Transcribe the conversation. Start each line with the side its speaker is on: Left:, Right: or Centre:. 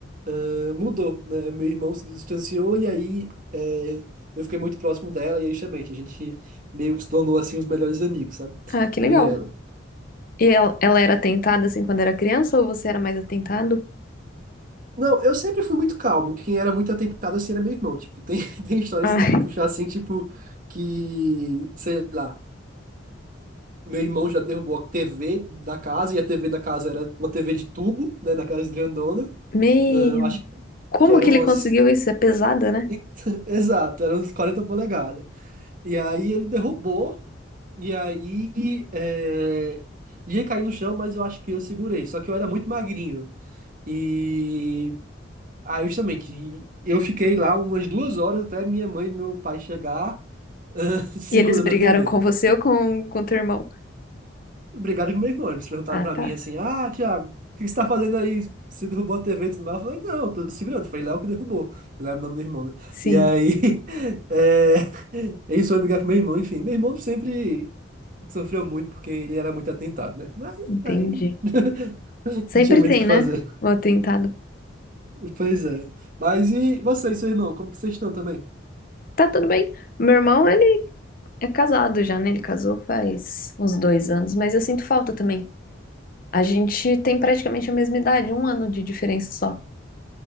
Right: ah, mudou, né? Meu irmão se distanciou e aí é, eu fiquei muito próximo dela e aí justamente a gente meio que se tornou assim os melhores amigos, sabe?
Left: Ah, que legal.
Right: Eu e ela.
Left: E ela, ela era atentada assim quando era criança ou você era mais atentado?
Right: Não, eu sempre fui muito calmo. Quem era muito atentado assim era meu irmão. Tipo, tem, <laughs> tem história,
Left: Ah,
Right: se eu for puxar assim, tipo, que, sei lá, meu irmão já derrubou a TV da casa, e a TV da casa era uma TV de tubo, né, daquelas grandona.
Left: meu.
Right: Ah, eu acho
Left: Como
Right: que eram
Left: que ele
Right: umas.
Left: conseguiu isso? É pesada, né?
Right: <laughs> Exato, eram uns 40 polegadas. E aí ele derrubou, e aí é, ia cair no chão, mas eu acho que eu segurei. Só que eu era muito magrinho. E Ah, justamente. e Eu fiquei lá umas duas horas até minha mãe e meu pai chegar <laughs> segurando
Left: E eles brigaram
Right: a TV.
Left: com você ou com, com teu irmão?
Right: Obrigado com meu irmão. Eles perguntaram
Left: Ah,
Right: pra
Left: tá.
Right: mim assim: Ah, Thiago, o que que você tá fazendo aí? Você derrubou a TV e tudo mais? Eu falei: Não, eu tô segurando. Foi Léo que derrubou. Léo é o nome do irmão, né?
Left: Sim,
Right: E aí. <laughs> É... Eles foram brigar com meu irmão. Enfim, meu irmão sempre sofreu muito porque ele era muito atentado, né? Aí,
Left: entendi.
Right: aí <laughs>
Left: Sempre
Right: não tinha muito
Left: tem,
Right: o que fazer.
Left: né? O atentado.
Right: Pois é. Mas e vocês seu irmão? Como que vocês estão também?
Left: Tá tudo bem. Meu irmão, ele é casado já, né? Ele casou faz uns dois anos, mas eu sinto falta também. A gente tem praticamente a mesma idade, um ano de diferença só.